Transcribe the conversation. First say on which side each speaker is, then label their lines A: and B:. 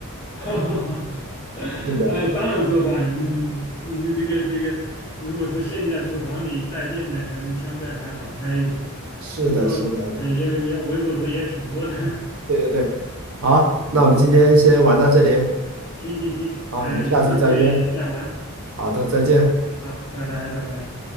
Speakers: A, on the left; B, on the right.
A: <laughs>
B: <laughs> 是的，
A: 呃，当然做饭，嗯，你这个这个，如果是限定在厨房里带电的，可能相对还好猜一点，
B: 是的，
A: 不过呃，
B: 是的，是的，
A: 也有也有微波炉也有挺多的，
B: 对对对。好，
A: <laughs> 嗯
B: 那我们今天先玩到这里，
A: 行行行，
B: 好，
A: 呃，
B: 我们下次再约。
A: 有机会再玩。
B: 好的，再见。
A: 好，拜拜，拜拜。